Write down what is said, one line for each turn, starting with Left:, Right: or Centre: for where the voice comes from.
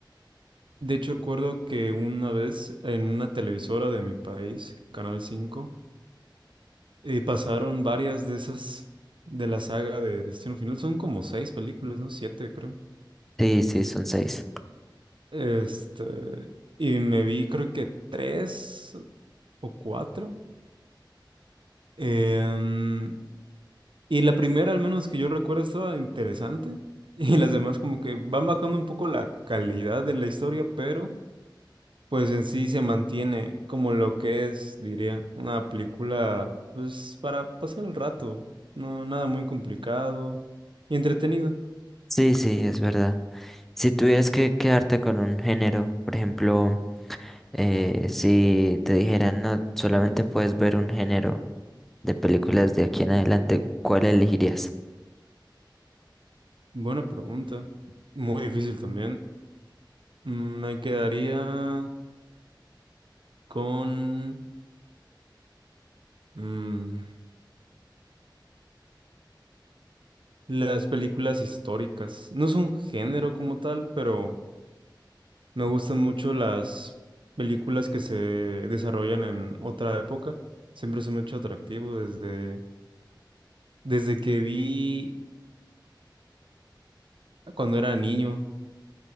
Right: De hecho, recuerdo que una vez en una televisora de mi país, Canal Cinco, eh, pasaron varias de esas de la saga de Destino Final. Son como seis películas, ¿no? Siete, creo.
Centre: Sí, sí, son seis.
Right: Este, y me vi creo que tres o cuatro. Em, y la primera, al menos que yo recuerdo, estaba interesante. <laughs> Y las demás como que van bajando un poco la calidad de la historia, pero pues en sí se mantiene como lo que es, diría, una película pues para pasar el rato. No, nada muy complicado y entretenido.
Centre: Sí, sí, es verdad. Si tuvieras que quedarte con un género, por ejemplo, eh, si te dijeran, no, solamente puedes ver un género de películas de aquí en adelante, ¿cuál elegirías?
Right: Buena pregunta. Muy difícil también. Mm, Me quedaría con mm, las películas históricas. No es un género como tal, pero Me gustan mucho las películas que se desarrollan en otra época. Siempre se me ha hecho atractivo desde, desde que vi cuando era niño,